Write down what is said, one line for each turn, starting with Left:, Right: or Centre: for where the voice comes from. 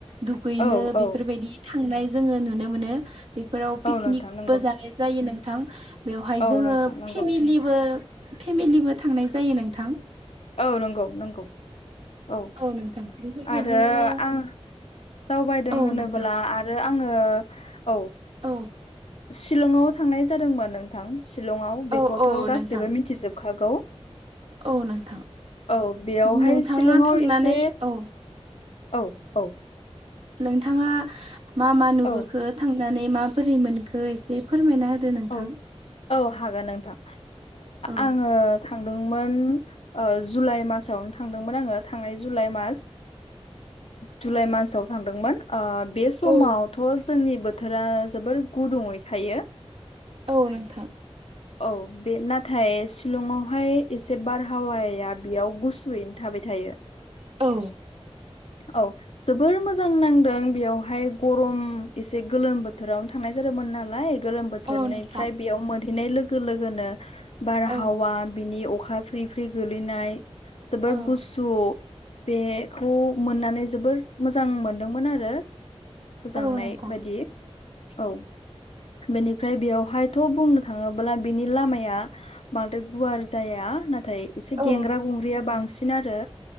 Right: दुगैनो
Left: औ
Right: बेफोरबायदि
Left: औ
Right: थांनाय जोङो नुनो मोनो बेफोराव पिकनिकबो
Left: औ नोंथां नंगौ
Right: जा जायो नोंथां बेवहाय
Left: औ
Right: जोङो
Left: नोंथां नंगौ
Right: फेमेलि बो फेमिलिबो थांनाय जायो नोंथां
Left: औ नंगौ नंगौ औ
Right: नोंथां बेफोरबायदिनो
Left: आरो आं दावबायदों
Right: औ
Left: होनोबोला
Right: नोंथां
Left: आरो आङो औ
Right: औ
Left: शिलंआव थांनाय जादोंमोन नोंथां शिलंआव बेखौथ'
Right: औ औ
Left: गासैबो
Right: नोंथां
Left: मिथिजोबखागौ
Right: औ नोंथां
Left: औ बेयावहाय
Right: नोंथाङा
Left: शिलंआव
Right: थांनानै
Left: एसे
Right: औ
Left: औ औ
Right: नोंथाङा मा मा नुबोखो
Left: औ
Right: थांनानै माबोरै मोनखो एसे फोरमायना होदो नोंथां
Left: औ औ हागोन नोंथां
Right: औ
Left: आङो थांदोंमोन जुलाइ मासावनो थांदोंमोन आङो थांनाय जुलाइ मास जुलाइ मासाव थांदोंमोन बे समावथ'
Right: औ
Left: जोंनि बोथोरा जोबोर गुदुङै थायो
Right: औ नोंथां
Left: औ बे नाथाय सिलंआवहाय एसे बारहावाया बेयाव गु सुयैनो थाबाय थायो
Right: औ
Left: औ जोबोर मोजां नांदों बेयावहाय गरम एसे गोलोम बोथोरावनो थांनाय जादोंमोन नालाय गोलोम बो बोथोरनिफ्राय
Right: औ नोंथां
Left: बेयाव मोनहैनाय लोगो लोगोनो बारहावा
Right: औ
Left: बिनि अखा फ्रि फ्रि गोलैनाय जोबोर
Right: औ
Left: गुसु बेखौ मोननानै जोबोर मोजां मोनदोंमोन आरो गोजांनाय
Right: औ नोंथां
Left: बायदि औ बेनिफ्राय बेयावहायथ' बुंनो थाङोब्ला बिनि लामाया बांद्राय गुवार जाया नाथाय एसे गेंग्रा
Right: औ
Left: गुंग्रिया बांसिन आरो